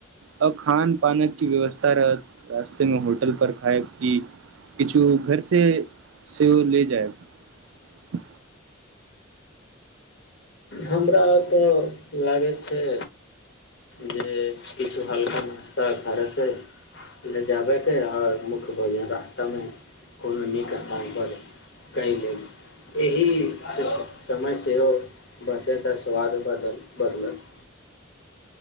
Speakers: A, on the right; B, on the left.
A: अ खान पान की व्यवस्था रहत रास्तेमे होटल पर खायब की किछु घर से सेहो ले जायब
B: हमरा तऽ लागै छै जे किछु हल्का नाश्ता करयसँ लऽ जाबयके आओर मुख्य भोजन रास्तामे कोनो नीक स्थानपर कए लेलेब एहि समय सेहो बचत आ स्वाद बदल बदलत